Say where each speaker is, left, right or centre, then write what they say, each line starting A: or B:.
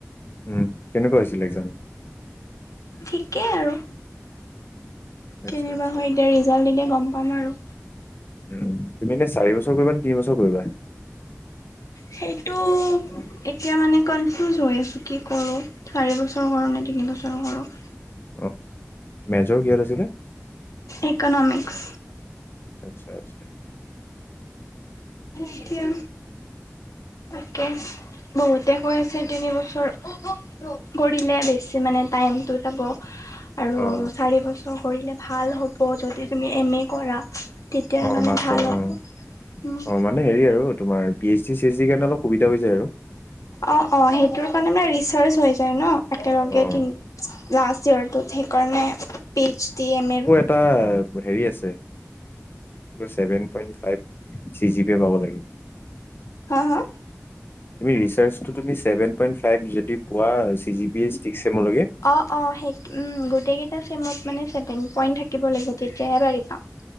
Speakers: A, on the left; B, on the left.
A: উম! কেনেকুৱা হৈছিলে এক্সাম?
B: ঠিকেই আৰু।
A: আচ্ছা
B: কেনেবা
A: আচ্ছা
B: হয়, এতিয়া ৰিজাল্ট দিলে গম পাম আৰু।
A: উম! তুমি এনে চাৰি বছৰ কৰিবা নে তিনি বছৰ কৰিবা?
B: সেইটো! এতিয়া মানে কনফিউজ হৈ আছোঁ, কি কৰোঁ? চাৰি বছৰ কৰোঁ নে, তিনিবছৰ কৰোঁ!
A: অ', মেজৰ কিহত আছিলে?
B: ইকনমিক্স।
A: আচ্ছা আচ্ছা।
B: এতিয়া। তাকে, বহুতে কৈ আছে তিনি বছৰ। কৰিলে বেছি মানে, টাইমটোও যাব। আৰু
A: অ',
B: চাৰি বছৰ কৰিলে ভাল হ'ব যদি তুমি এম এ কৰা। তেতিয়া
A: অ',
B: মানে
A: মাষ্টাৰ
B: ভাল
A: অ',
B: হ'ব। উম!
A: অ', মানে হেৰি আৰু! তোমাৰ, P H D, C H ডিৰ কাৰণে অলপ সুবিধা হৈ যায় আৰু!
B: অঁ অঁ! সেইটোৰ কাৰণে মানে ৰিচাৰ্জ হৈ যায় ন? একেলগে
A: অ',
B: তি, লাষ্ট ইয়েৰটো, সেইকাৰণে পি এইচ ডি, এম এৰ
A: অঁ! এটা হেৰি আছে। Seven point five D G দিয়ে পাব লাগে।
B: হাঁ হাঁ!
A: তুমি ৰিচাৰ্জটো, তুমি ছেভেন পইন্ট ফাইভ যদি পোৱা, চি জি বি জিকে চিক্স চেমলৈকে।
B: অঁ অ উম সেই গোটেইকেইটা চিমত মানে ছেভেন পইণ্ট থাকিব লাগিব, তেতিয়াহে ভাড়ি পাম।